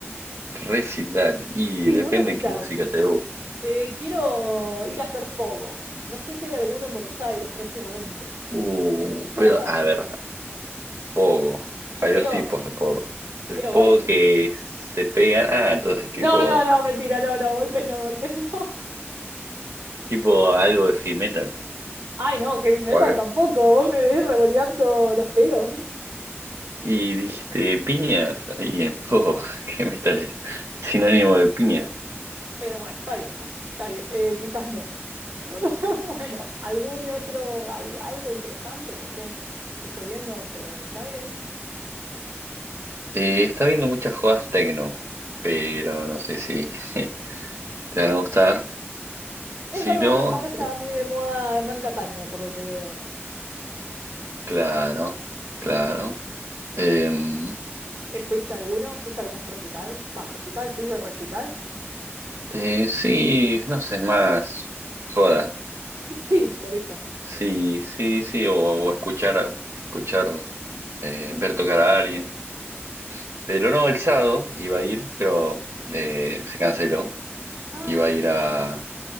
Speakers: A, on the right; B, on the right.
A: Recital, y
B: <laughs> Sí,
A: depende
B: un recital.
A: qué música te guste.
B: Eh, quiero ir a hacer pogo. No sé si hay alguno en Buenos Aires próximamente.
A: Uh,
B: <laughs>
A: pero a ver, pogo.
B: Yo
A: Hay
B: quiero,
A: dos tipos de pogo.
B: yo
A: El
B: quiero
A: pogo
B: golpes.
A: que se pega, ah, entonces tipo,
B: No, no, no, mentira, no, no, golpes no, golpes <laughs> no.
A: tipo algo de heavy metal.
B: Ay, no, heavy metal
A: o algo.
B: tampoco. Vos me ves revoleando los pelos.
A: Y dijiste piñas, ahí en pogo, <laughs> heavy metal es sinónimo de piñas.
B: Eh, bueno, está bien, no. Está bien, eh, quizás no. <laughs> Bueno, ¿algún otro, al- algo interesante que esté sucediendo por Buenos Aires?
A: Eh, está viendo muchas jodas techno,
B: Ah,
A: pero no sé si <laughs> te
B: es,
A: van a gustar.
B: es
A: Si
B: verdad,
A: no,
B: ahora está muy de moda Hernán Cataño, por lo que veo.
A: claro, claro. Em,
B: Eh, ¿Fuiste a alguno? ¿Fuiste a algún recital? Va, recital, ¿se dice recital? <laughs>
A: Eh, sí, no sé, más joda.
B: Que sí, por eso.
A: Sí, sí, sí, o, o escuchar, a- escuchar, eh, ver tocar a alguien. Pero
B: Sí.
A: no, el sábado iba a ir, pero eh, se canceló.
B: Ah,
A: Iba
B: ¿por
A: a ir
B: qué?
A: a...